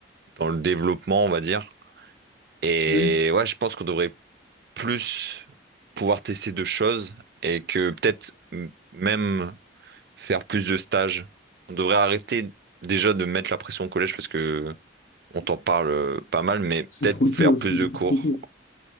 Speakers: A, on the right (about 55°); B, on the left (about 50°).
A: dans le développement, on va dire. Et
B: Ouais,
A: ouais, je pense qu'on devrait plus pouvoir tester de choses et que peut-être m- même faire plus de stages. On devrait arrêter déjà de mettre la pression au collège parce que on t'en parle euh, pas mal, mais
B: c'est
A: peut-être
B: trop
A: faire
B: tôt,
A: plus
B: c'est beaucoup
A: de cours.
B: trop tôt.